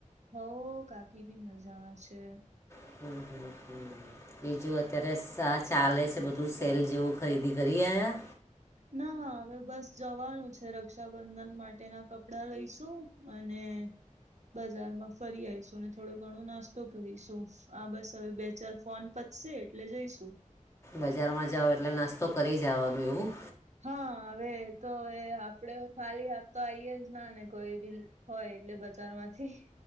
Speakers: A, on the right; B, on the left.
A: હોવ કાકી ભી મજામાં છે.
B: હમ હમ હમ બીજું અત્યારે સા ચાલે છે બધું સેલ જેવું ખરીદી કરી આવ્યા?
A: ના હવે બસ જવાનું છે, રક્ષાબંધન માટેના કપડા લઈશું. અને બજારમાં ફરી આઈશું અને થોડો ઘણો નાસ્તો કરીશું. હા બસ હવે બે ચાર ફોન પતશે એટલે જઈશું.
B: બજારમાં જાઓ એટલે નાસ્તો કરી જ આવાનું એવું?
A: હા હવે એતો હવે આપડે ખાલી હાથ તો આઈએે જ ના ને કોઈ બી હોય એટલે બજાર માંથી